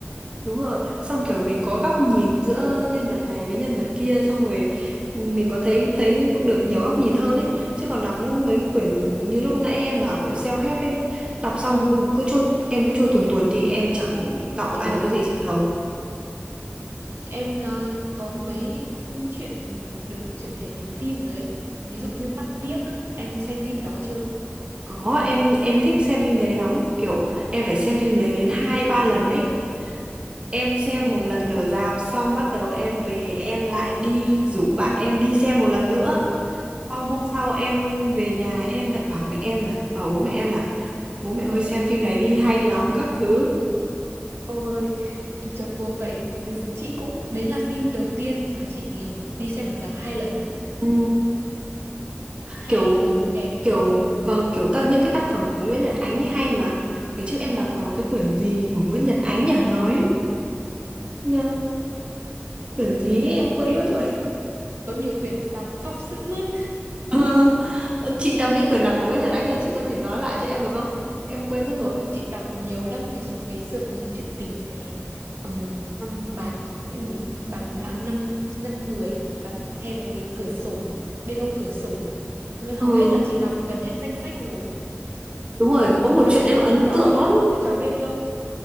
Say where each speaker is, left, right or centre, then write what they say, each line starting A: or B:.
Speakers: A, on the right; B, on the right.
A: Đúng rồi, xong kiểu mình có góc nhìn giữa nhân vật này với nhân vật kia xong rồi ừ, mình có thấy thấy cũng được nhiều góc nhìn hơn ấy chứ còn đọc những mấy quyển như lúc nãy em bảo quyển self-help ấy đọc xong
B: ừ
A: cứ trôi em cứ trôi tuồn tuột thì em chẳng đọc lại
B: ồ
A: được cái gì trong đầu
B: em có, có mấy chuyện được chuyển thể thành phim rồi ấy ví dụ như mắt biếc á em xem phim đó chưa
A: có em em thích xem phim đấy lắm kiểu em phải xem phim đấy đến hai ba lần ấy em xem
B: ồ
A: một lần ở rạp xong bắt đầu em về em lại đi rủ bạn em đi xem một lần nữa Xong hôm sau em về nhà em lại bảo mẹ em là bảo bố mẹ em là bố mẹ ơi xem phim này đi hay lắm các thứ
B: Ôi, cho cuồng vậy. Chị cũng, đấy là phim đầu tiên mà chị ừm, đi xem ở rạp hai lần á.
A: ừ,
B: Hay,
A: kiểu
B: ôi đẹp.
A: kiểu vâng kiểu tất những cái tác phẩm của Nguyễn Nhật Ánh ấy hay mà ngày trước em đọc vào cái quyển gì của Nguyễn Nhật Ánh nhỉ nói ờ, quyển gì
B: Em
A: ấy,
B: thực
A: em quên
B: kể,
A: mất rồi
B: có nhiều quyển đọc khóc sướt mướt.
A: <laughs> Ờ, chị đọc những quyển nào của Nguyễn Nhật Ánh rồi chị có thể nói lại cho em được không em quên mất
B: Ôi,
A: rồi
B: chị đọc nhiều lắm. Ví dụ ngày xưa có một chuyện tình này, ừm,
A: Ừ.
B: bàn, những gì, bàn nặng năm, năm người, à? bàn, hay là cái cửa sổ, bên ô cửa sổ. Hầu
A: ừ
B: hết là chị đọc gần hết danh sách rồi.
A: đúng rồi
B: Rồi
A: có
B: có
A: một
B: cả
A: chuyện em
B: chú
A: ấn
B: chó,
A: tượng lắm
B: chú chó Bê Tô.